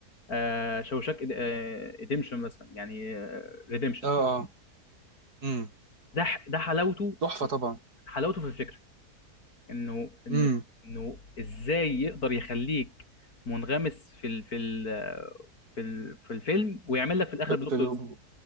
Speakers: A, on the left (about 70°); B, on the right (about 75°).
A: آه شوشاك ريديمشن مثلا يعني ريديمشن
B: اه اه امم
A: ده ح- ده حلاوته
B: تحفه طبعا
A: حلاوته في الفكره انه انه
B: امم
A: انه ازاي يقدر يخليك منغمس في ال في ال آه، في ال في الفيلم ويعمل لك في الاخر بلوت
B: فيلم
A: تويست.